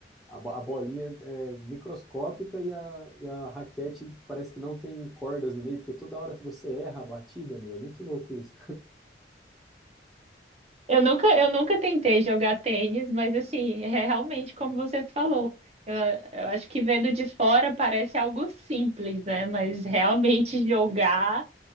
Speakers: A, in the centre; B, on the right (about 35°).
A: a, bo- a bolinha é microscópica e a, e a raquete parece que não tem cordas no meio, porque toda hora você erra a batida, meu, é muito louco isso.
B: Eu nunca, eu nunca tentei jogar tênis, mas assim, é realmente como você falou. Eu, eu acho que vendo de fora parece algo simples, né? Mas realmente jogar,